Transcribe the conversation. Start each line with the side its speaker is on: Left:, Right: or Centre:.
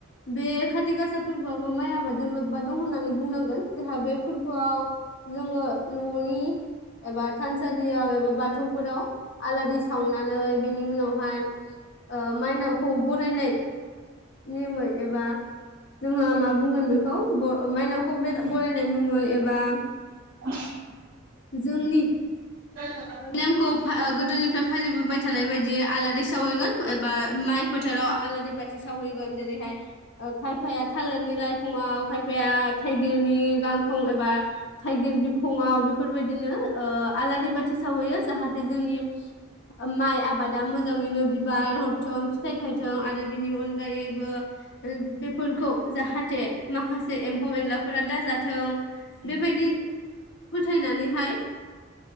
Left: बे खाथि गासा फोरबोआबो माइ आबादजों लोब्बा दं होननानै बुंनांगोन जोंहा बे फोरबोआव जोङो न'नि एबा थानसालियाव एबा बाथौफोराव आलारि सावनानै बिनि उनावहाय माइनावखौ बरायनाय नेमै एबा जोंहा मा बुंगोन बेखौ मायनावखौ बरायनाय मुङै एबा
Right: औ <unintelligible>
Left: जोंनि
Right: <inaudible>
Left: नेमखौ गोदोनिफ्राय फालिबोबाय थानाय बायदि आलारि सावहैगोन एबा माइ फोथाराव आलारि बाथि सावहैगोन जेरैहाय खायफाया थालिरनि लाइखङआव खायफाया थाइगिरनि गांखं एबा थाइगिर बिखङाव बेफोरबायदिनो आलारि बाथि सावहैयो जाहाथे जोंनि माइ आबादा मोजाङैनो बिबार हरथों फिथाइ थायथों आरो बिनि अनगायैबो बेफोरखौ जाहाथे माखासे एम्फौ एनलाफोरा दाजाथों बेबायदि फोथायनानैहाय